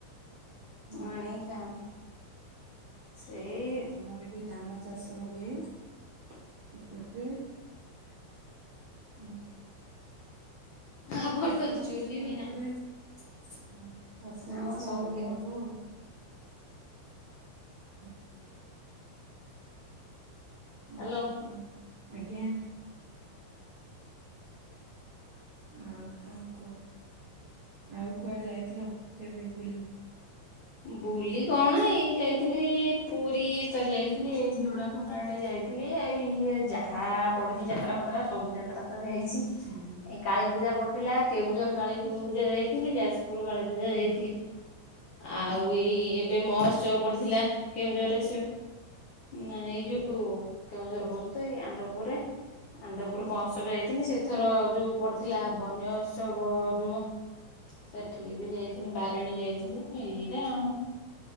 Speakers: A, on the right (about 80°); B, on the left (about 60°).
A: ହୁଁ,
B: ଆଣିକି ଖାଆନ୍ତି। ସେଇ
A: ହଁ ଆମର ବି ଧାନ ଚାଷ ହୁଏ। <inaudible> ପଟି <unintelligible> ହୁଁ।
B: ଆମର
A: ଆଉ
B: ତ
A: ରଜ
B: ଚୁଲି
A: ପରେ
B: ବି ନାହିଁ
A: ପରେ ହୁଁ। ଚାଷବାସ
B: ଆମର ସବୁ
A: ଆରମ୍ଭ
B: ଗ୍ୟାସ୍।
A: ହବ ଆଉ। ହୁଁ। ଆଉ
B: ଆଲୋ
A: କଣ ଆଜ୍ଞା। ଆଉ କଣ କୁହ। ଆଉ କୁଆଡେ ଯାଇଥିଲ କେବେ ବୁଲି?
B: ବୁଲି କଣ ଏଇ ଯାଇଥିଲି ପୁରୀ ଥରେ ଯାଇଥିଲି ଏଇ ଯୋଡା ପୋଡ଼ା ଆଡେ ଯାଇଥିଲି ଏଇ ଇଏ ଯାହା ପଡୁଛି ଯାତ୍ରା ଫାତ୍ରା ସବୁ ଯାତା ତଟା ତ ଯାଇଛି <unintelligible>
A: ହୁଁ ହୁଁ
B: ଏଇ
A: ହୁଁ
B: କାଳୀ ପୂଜା ପଡିଥିଲା। କେଉଁ ଜୋର କାଳି <unintelligible> ଯାଇଥିଲି ଯାଜପୁର କାଳୀ ମୁଁ ଜାଇଥିଲି ଆଉ
A: ହଁ
B: ଏଇ
A: ହଁ
B: ଏବେ ମହସ ଚ ପଡିଥିଲା କେଉଁଝରରେ ସେ ନା ଏଇ ଯୋଉ କେଉଁଝର କ ତ ଏଇ ଆନ୍ଦପୁରରେ ଆନ୍ଦପୁର
A: ହୁଁ
B: ମହୋତ୍ସବ ଯାଇଥିଲ ସେଥର ଯୋଉ ପଡ଼ିଥିଲା ବନ୍ୟ ଉତ୍ସବ ଯୋଉ ସେଠିକି ବି ଯାଇଥିଲି ବାରିଣୀ ଯାଇଥିଲି। ଏଇଟା ଆଉ।